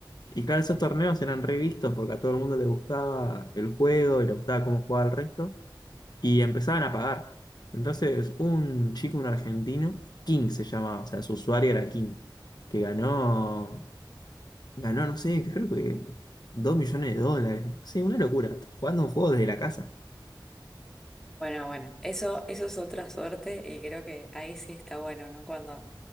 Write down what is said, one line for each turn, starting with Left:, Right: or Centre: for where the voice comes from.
Left: Y claro, esos torneos eran revistos porque a todo el mundo le gustaba el juego y le gustaba cómo jugaba el resto. Y empezaban a pagar. Entonces, un chico, un argentino, King se llamaba, o sea, su usuario era King, que ganó. Ganó, no sé, creo que 2 millones de dólares. No sé, una locura. Jugando un juego desde la casa.
Centre: Bueno, bueno, eso, eso es otra suerte y creo que ahí sí está bueno, ¿no? Cuando